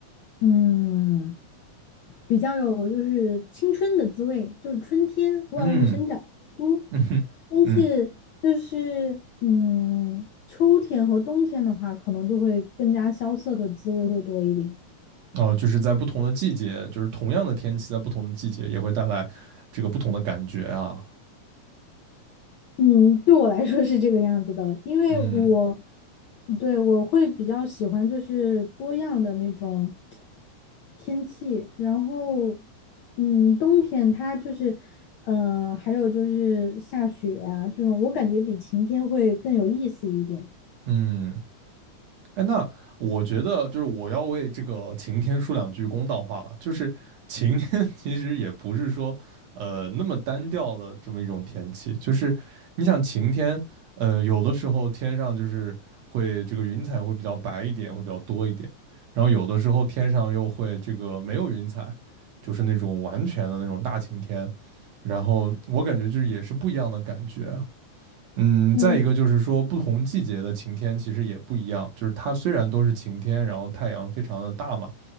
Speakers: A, on the left; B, on the right.
A: 嗯。比较有就是青春的滋味，就是春天万物生长复苏。
B: 嗯嗯哼嗯，
A: 但是就是嗯，秋天和冬天的话，可能就会更加萧瑟的滋味会多一点。
B: 哦，就是在不同的季节，就是同样的天气，在不同的季节也会带来这个不同的感觉啊，
A: 嗯，对我来说是这个样子的，因为我，
B: 嗯
A: 对，我会比较喜欢就是多样的那种天气，然后，嗯，冬天它就是，嗯、还有就是下雪啊这种，我感觉比晴天会更有意思一点。
B: 嗯。哎，那我觉得就是我要为这个晴天说两句公道话了。就是晴天 <laughs> 其实也不是说呃那么单调的这么一种天气，就是你想晴天，呃有的时候天上就是会这个云彩会比较白一点，会比较多一点，然后有的时候天上又会这个没有云彩，就是那种完全的那种大晴天。然后我感觉就是也是不一样的感觉，嗯，
A: 嗯，
B: 再一个就是说，不同季节的晴天其实也不一样。就是它虽然都是晴天，然后太阳非常的大嘛，